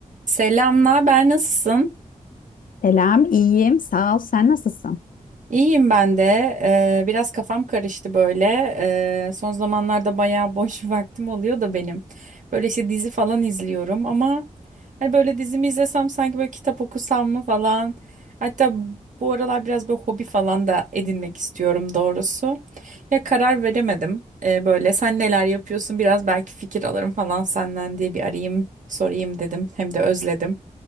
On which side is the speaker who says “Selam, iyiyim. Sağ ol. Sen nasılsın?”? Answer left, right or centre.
Left